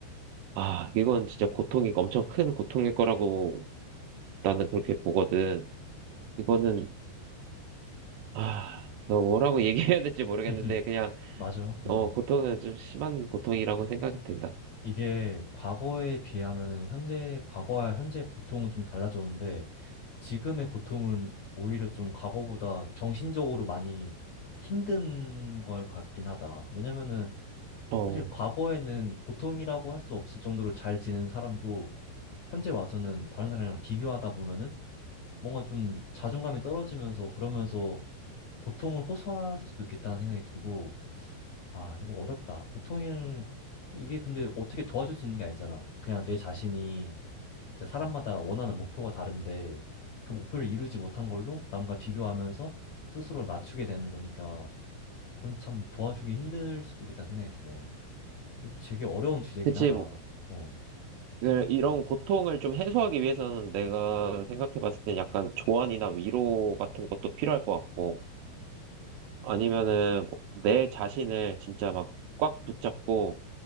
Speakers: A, on the right; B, on the left.
A: 아, 이건 진짜 고통이 엄청 큰 고통일 거라고 나는 그렇게 보거든. 이거는, 아, 너 뭐라고 <laughs> 얘기해야 될지 모르겠는데,
B: <laughs>
A: 그냥,
B: 맞아. 음.
A: 어, 고통은 좀 심한 고통이라고 생각이 든다.
B: 이게 과거에 비하면은 현재, 과거와 현재 고통은 좀 달라졌는데 지금의 고통은 오히려 좀 과거보다 정신적으로 많이 힘든 걸 같긴 하다. 왜냐면은
A: 어,
B: 사실 과거에는 고통이라고 할 수 없을 정도로 잘 지낸 사람도 현재 와서는 다른 사람이랑 비교하다 보면은 뭔가 좀 자존감이 떨어지면서 그러면서 고통을 호소할 수도 있겠다는 생각이 들고 아, 이거 어렵다. 고통을 이게 근데 어떻게 도와줄 수 있는 게 아니잖아. 그냥 내 자신이 진짜 사람마다 원하는 목표가 다른데 그 목표를 이루지 못한 걸로 남과 비교하면서 스스로 낮추게 되는 거니까 그건 참 도와주기 힘들 수도 있겠다는 생각이 드네. 이 되게 어려운 주제긴
A: 그치.
B: 하다.
A: 뭐,
B: 어.
A: 그 이런 고통을 좀 해소하기 위해서는 내가 생각해 봤을 때 약간 조언이나 위로 같은 것도 필요할 것 같고, 아니면은 뭐내 자신을 진짜 막 꽉 붙잡고,